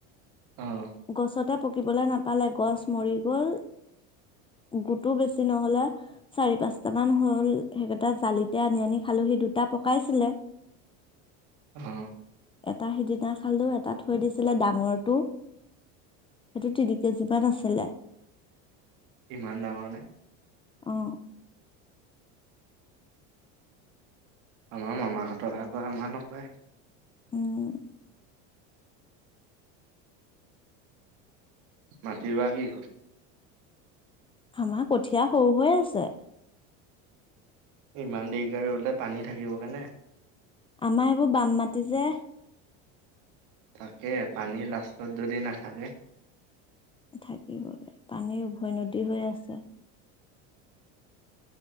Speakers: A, on the right; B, on the left.
A: অ',
B: গছতে পকিবলৈ নাপালে গছ মৰি গল। গোতো বেছি নহলে, চাৰি পাঁচট মান হল। সেইকেইটা জালিতে আনি আনি খালো হি দুটা পকাইছিলে।
A: অ'।
B: এটা সিদিনা খালোঁ, এটা থৈ দিছিলে ডাঙৰটো। সেইটো তিনি কেজি মান আছিলে।
A: ইমান ডাঙৰ নে?
B: অ'।
A: আমাৰ মামাহঁতৰহে কৰে, আমাৰ নকৰে।
B: উম।
A: মাটি ৰোৱা কি হ'ল?
B: আমাৰ কঠীয়া সৰু হৈ আছে।
A: ইমান দেৰিকে ৰোলে পানী থাকিবগৈ নে?
B: আমাৰ এইবোৰ বাম মাতি যে
A: তাকে পানী লাষ্টত যদি নাথাকে।
B: থাকিবগে, পানী উভৈ নদী হৈ আছে।